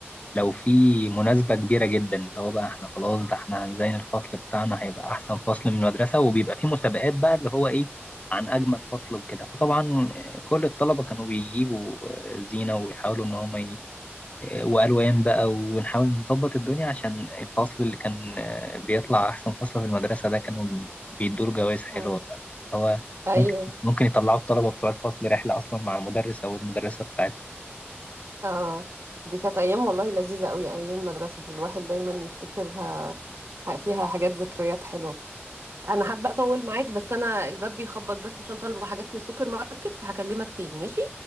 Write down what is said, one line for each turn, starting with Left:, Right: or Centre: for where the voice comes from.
Left: لو في مناسبة كبيرة جدا اللي هو بقى احنا خلاص ده احنا هنزين الفصل بتاعنا هيبقى أحسن فصل من المدرسة وبيبقى في مسابقات بقى اللي هو إيه عن أجمل فصل وكده فطبعا آه، كل الطلبة كانوا بيجيبوا آه، زينة ويحاولوا إن هم ي... آه، وألوان بقى ونحاول نظبط الدنيا عشان الفصل اللي كان آه، بيطلع أحسن فصل في المدرسة ده كانوا بيدوا له جوائز حلوة
Right: اه
Left: بقى هو
Right: ايوه
Left: ممكن ممكن يطلعوا الطلبة بتوع الفصل رحلة أصلا مع المدرس أو المدرسة بتاعتهم
Right: اه دي كانت ايام والله لذيذه قوي ايام المدرسه دي الواحد دايما يفتكرها ه- فيها حاجات ذكريات حلوه انا حابه اطول معاك بس انا الباب بيخبط بس عشان طالبه حاجات من السوبر ماركت فهكلمك تاني ماشي